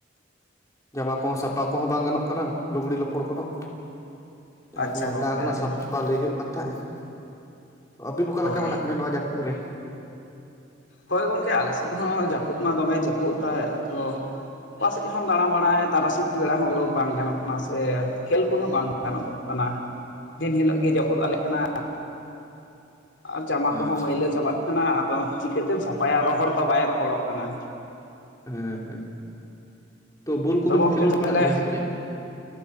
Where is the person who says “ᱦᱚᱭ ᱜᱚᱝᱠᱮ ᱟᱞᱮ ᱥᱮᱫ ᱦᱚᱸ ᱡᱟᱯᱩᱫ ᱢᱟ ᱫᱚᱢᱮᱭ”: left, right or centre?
Left